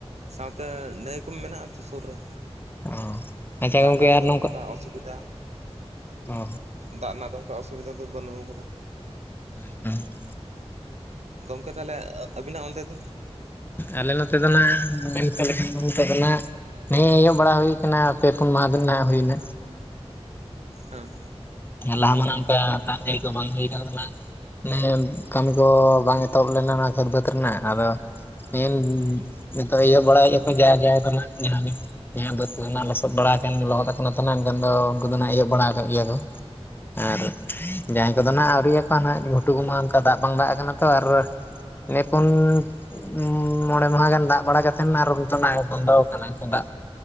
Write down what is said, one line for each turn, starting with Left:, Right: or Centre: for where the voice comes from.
Right: ᱥᱟᱶᱛᱮ ᱱᱟᱹᱭ ᱠᱚ ᱢᱮᱱᱟᱜ ᱟ ᱛᱚ ᱥᱩᱨ ᱨᱮ᱾
Left: ᱚ ᱟᱪᱪᱷᱟ
Right: ᱫᱟᱜ
Left: ᱜᱚᱢᱠᱮ
Right: ᱨᱮᱱᱟᱜ
Left: ᱟᱨ
Right: ᱫᱚ
Left: ᱱᱚᱝᱠᱟ
Right: ᱚᱱᱠᱟ ᱚᱥᱩᱵᱤᱫᱟ
Left: ᱚ
Right: ᱫᱟᱜ ᱨᱮᱱᱟᱜ ᱫᱚ ᱚᱱᱠᱟ ᱚᱥᱩᱵᱤᱫᱷᱟ ᱫᱚ ᱵᱟᱹᱱᱩᱜ ᱠᱟᱫᱟ᱾
Left: <unintelligible>
Right: ᱜᱚᱢᱠᱮ ᱛᱟᱦᱚᱞᱮ ᱟᱵᱤᱱᱟᱜ ᱚᱱᱛᱮ ᱫᱚ?
Left: ᱟᱞᱮ ᱱᱚᱛᱮ ᱫᱚ ᱱᱟᱦ <unintelligible> ᱫᱚ ᱱᱤᱛᱚᱜ ᱫᱚ ᱱᱟᱜ᱾ ᱱᱮ ᱦᱮᱸ ᱮᱦᱚᱵ ᱵᱟᱲᱟ ᱦᱩᱭ ᱟᱠᱟᱱᱟ ᱯᱮ ᱯᱩᱱ ᱢᱟᱦᱟ ᱫᱤᱱ ᱱᱟᱦᱱᱟᱜ ᱦᱩᱭᱮᱱᱟ᱾
Right: ᱦᱮᱸ
Left: ᱞᱟᱦᱟ ᱢᱟ ᱚᱱᱠᱟ ᱫᱟ ᱡᱟᱹᱲᱤ ᱠᱚ ᱵᱟᱝ ᱦᱩᱭ ᱟᱠᱟᱱᱟ ᱛᱟᱦᱮᱱᱟ᱾ ᱢᱟᱱᱮ ᱠᱟᱹᱢᱤ ᱠᱚ ᱵᱟᱝ ᱮᱛᱚᱦᱚᱵ ᱞᱮᱱᱟ ᱚᱱᱟ ᱠᱷᱮᱛ ᱵᱟᱹᱫᱽ ᱨᱮᱱᱟᱜ ᱟᱫᱚ ᱱᱤᱛ ᱱᱤᱛᱚᱜ ᱤᱭᱟᱹ ᱵᱟᱲᱟᱭᱮᱫᱟ ᱠᱚ ᱡᱟ ᱡᱟᱭ ᱠᱟᱱᱟ ᱡᱟᱦᱟᱸ ᱜᱮ᱾ ᱱᱤᱭᱟ. ᱵᱟ. ᱫ ᱠᱚ ᱦᱚᱱᱟᱜ ᱞᱚᱥᱚᱫ ᱵᱟᱲᱟ ᱟᱠᱟᱱ ᱜᱮ ᱞᱚᱦᱚᱫ ᱟᱠᱟᱱᱟ ᱛᱟᱦᱮ ᱮᱱᱠᱷᱟᱱ ᱫᱚ ᱩᱱᱠᱩ ᱫᱚ ᱱᱟᱜ ᱮᱦᱚᱵ ᱵᱟᱲᱟ ᱟᱠᱟᱜ ᱜᱮᱭᱟ ᱠᱚ᱾ ᱟᱨ ᱡᱟᱸᱦᱟᱸᱭ ᱠᱚᱫᱚ ᱱᱟᱜ ᱟᱹᱣᱨᱤᱭᱟ ᱠᱚᱣᱟ ᱱᱟᱜ ᱜᱷᱩᱴᱩ ᱠᱚᱢᱟ ᱚᱱᱠᱟ ᱫᱟᱜ ᱵᱟᱝ ᱫᱟᱜ ᱠᱟᱱᱟ ᱛᱚ ᱟᱨ ᱱᱮ ᱯᱩᱱ ᱩᱸ ᱢᱚᱬᱮ ᱢᱟᱦᱟ ᱜᱟᱱ ᱫᱟᱜ ᱵᱟᱲᱟ ᱠᱟᱛᱮᱫ ᱟᱨᱚ ᱱᱤᱛᱚᱜ ᱱᱟᱜ ᱵᱚᱱᱫᱚ ᱠᱟᱱᱟ ᱫᱟᱜ᱾